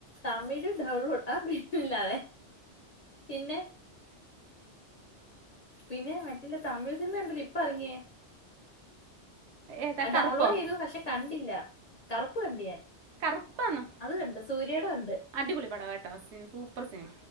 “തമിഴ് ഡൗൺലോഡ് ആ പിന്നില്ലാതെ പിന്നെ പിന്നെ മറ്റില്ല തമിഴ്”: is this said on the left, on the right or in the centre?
Left